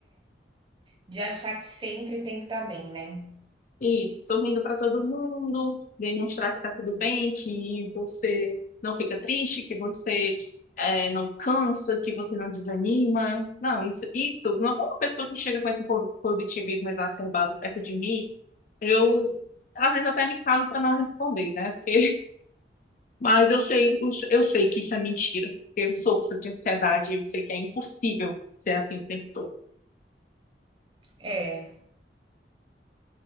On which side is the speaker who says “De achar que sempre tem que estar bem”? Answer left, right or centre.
Right